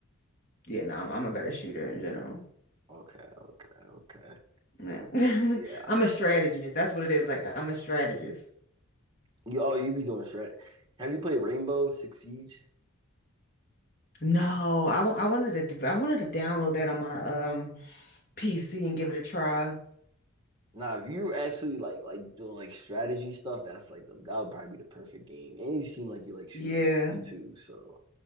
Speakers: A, on the left; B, on the right.
A: yeah, no, I'm, I'm a better shooter in general.
B: okay, okay.
A: Nah. <laughs>
B: Yeah.
A: I'm a strategist. That's what it is. Like I'm a strategist.
B: You oh, you be doing strat. Have you played Rainbow Six Siege?
A: No, I want I wanted to do- I wanted to download that on my um PC and give it a try.
B: Nah, if you actually like like doing like strategy stuff, that's like the that would probably be the perfect game. And you seem like you like shooting
A: Yeah.
B: games too, so